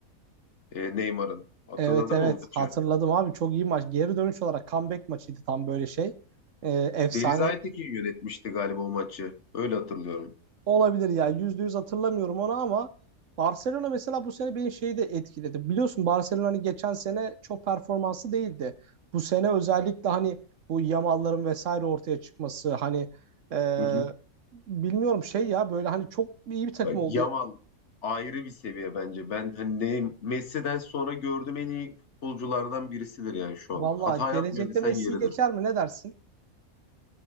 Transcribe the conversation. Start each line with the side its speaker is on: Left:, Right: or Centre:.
Left: e, Neymar'ın. Hatırladın
Right: evet evet
Left: mı o maçı?
Right: hatırladım abi çok iyi maç. Geri dönüş olarak comeback maçıydı tam böyle şey. Ee, efsane
Left: Deniz Aytekin yönetmişti galiba o maçı. Öyle hatırlıyorum.
Right: Olabilir ya. Yüzde yüz hatırlamıyorum onu ama Barcelona mesela bu sene beni şeyi de etkiledi. Biliyorsun Barcelona hani geçen sene çok performanslı değildi. Bu sene özellikle hani bu Yamal'ların vesaire ortaya çıkması hani e,
Left: Hı hı.
Right: bilmiyorum şey ya böyle hani çok iyi bir takım
Left: Bak,
Right: oldu.
Left: Yamal ayrı bir seviye bence. Ben hani ne- Messi'den sonra gördüğüm en iyi futbolculardan birisidir yani şu
Right: Valla
Left: an. Hata
Right: gelecekte
Left: yapmıyor desen
Right: Messi'yi
Left: yeridir.
Right: geçer mi ne dersin?